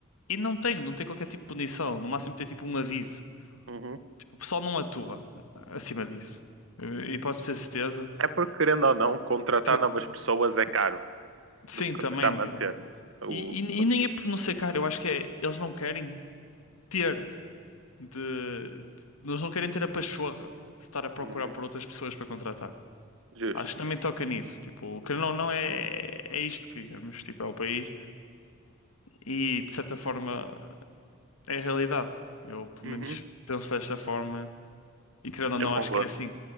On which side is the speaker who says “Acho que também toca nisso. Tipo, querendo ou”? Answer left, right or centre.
Left